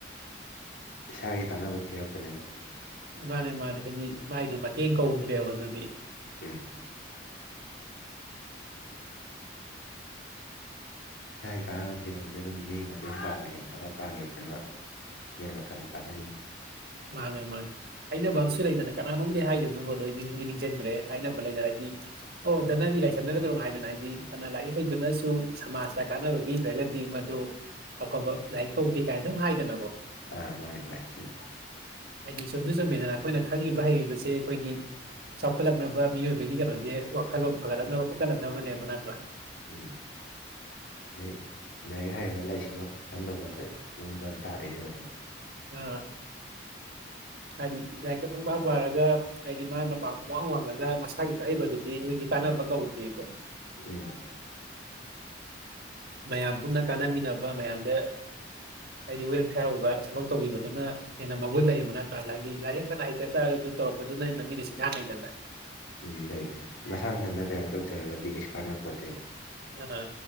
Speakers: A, on the left (about 85°); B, on the right (about 55°).
A: ꯏꯁꯥꯒꯤ ꯀꯥꯟꯅꯕ ꯊꯤꯔꯛꯄꯅꯦꯕ ꯑꯗꯨꯗꯤ
B: ꯃꯥꯅꯦ ꯃꯥꯅꯦ ꯍꯥꯏꯗꯤ ꯃꯥꯏꯗꯣ ꯃꯇꯦꯡ ꯀꯧꯗ꯭ꯔꯦꯕ ꯑꯗꯨꯗꯤ
A: ꯎꯝ ꯏꯁꯥꯏꯒꯤ ꯀꯥꯟꯅꯕ ꯊꯤꯗꯕꯤꯗ ꯑꯗꯨ ꯃꯤꯒꯤ ꯃꯇꯦꯡ ꯄꯥꯡꯒꯦꯅ ꯈꯜꯂ ꯄꯥꯡꯒꯤꯕꯗꯨꯅ ꯍꯦꯟꯅ <unintelligible> ꯀꯥꯟꯅꯔꯤꯅꯤ
B: ꯃꯥꯅꯦ ꯃꯥꯅꯦ ꯍꯥꯏꯅꯕꯝꯁꯨ ꯂꯩꯗꯅ ꯀꯅꯥꯅꯣꯝꯗꯤ ꯍꯥꯏꯒꯤꯝꯅꯤ ꯕ꯭ꯔꯣ ꯗꯣ ꯑꯩ ꯅꯤꯡꯗꯤ ꯅꯤꯡꯖꯪꯗ꯭ꯔꯦ ꯍꯥꯏꯅꯕ ꯂꯩꯗꯅ ꯍꯥꯏꯗꯤ ꯑꯣ ꯙꯅꯕꯤ ꯂꯥꯏꯁꯝꯅꯔꯒ ꯀꯅꯣꯝ ꯍꯥꯏꯗꯅ ꯍꯥꯏꯗꯤ ꯐꯅ ꯂꯥꯏꯔꯤꯛ ꯍꯩꯗꯨꯅꯁꯨ ꯁꯃꯥꯖꯇ ꯀꯥꯟꯅꯕ ꯄꯤ ꯗ꯭ꯔꯒꯗꯤ ꯃꯗꯨ ꯑꯐꯕ ꯂꯥꯏꯔꯤꯛ ꯀꯧꯗꯦ ꯀꯥꯏꯅ ꯑꯗꯨꯝ ꯍꯥꯏꯗꯅꯀꯣ
A: ꯑ ꯃꯥꯅꯤ ꯃꯥꯅꯤ ꯆꯨꯃꯤ꯫
B: ꯍꯥꯏꯗꯤ ꯆꯨꯝꯗꯤ ꯆꯨꯝꯃꯤꯗꯅ ꯑꯈꯣꯏꯅ ꯈꯪꯉꯤꯕ ꯍꯩꯔꯤꯕꯁꯦ ꯑꯈꯣꯏꯒꯤ ꯆꯥꯎꯈꯠꯂꯛꯅꯕ ꯃꯤꯑꯣꯏꯕꯒꯤ ꯀꯩꯅꯣꯖꯦ ꯋꯥꯈꯜꯂꯣꯟ ꯐꯒꯠꯂꯛꯅꯕ ꯈꯣꯠꯀꯠꯂꯛꯅꯕꯅꯦꯕ ꯅꯠꯇ꯭ꯔꯥ
A: ꯎꯝ ꯑꯗꯩ ꯂꯥꯏꯔꯤꯛ ꯍꯩꯔꯒ ꯂꯥꯏꯁꯨ ꯈꯪꯗꯕꯒꯨꯝꯕ <unintelligible>
B: ꯑꯥ
A: <inaudible>
B: ꯍꯥꯏꯗꯤ ꯂꯥꯏꯔꯤꯛꯇ ꯄꯨꯡꯄꯥ ꯄꯥꯔꯒ ꯍꯥꯏꯗꯤ ꯃꯥꯅ ꯃꯥꯛ ꯄꯨꯡꯋꯥꯡ ꯋꯥꯡꯉꯒ ꯃꯁꯥꯒꯤ <unintelligible> ꯑꯗꯨꯗꯤ ꯀꯥꯟꯅꯕ ꯀꯧꯗꯦꯕ
A: ꯎꯝ
B: ꯃꯌꯥꯝ ꯄꯨꯟꯅ ꯀꯥꯟꯅꯃꯤꯟꯅꯕ ꯃꯌꯥꯝꯗ ꯍꯥꯏꯗꯤ ꯋꯦꯜꯐꯤꯌꯥꯔ ꯑꯣꯕ ꯊꯕꯛ ꯇꯧꯕꯤꯕꯗꯨꯅ ꯍꯦꯟꯅ ꯃꯒꯨꯟ ꯂꯩꯌꯦꯕ ꯅꯠꯇ꯭ꯔꯥ ꯍꯥꯏꯗꯤ ꯂꯥꯏꯔꯤꯛ ꯐꯅ ꯍꯩꯇ ꯇꯥꯔꯒꯁꯨ ꯇꯧꯛꯄꯗꯨꯅ ꯍꯦꯟꯅ ꯃꯤꯅ ꯁꯤꯡꯊꯥꯟꯅꯩꯗꯅ
A: ꯎꯝ ꯂꯩ ꯂꯩ ꯃꯁꯥ ꯃꯊꯟꯇ ꯀꯩꯅꯣꯝ ꯇꯧꯖꯔꯒꯗꯤ ꯀꯩꯁꯨ ꯀꯥꯟꯅ ꯄꯣꯠꯇꯦꯕ
B: ꯑꯥ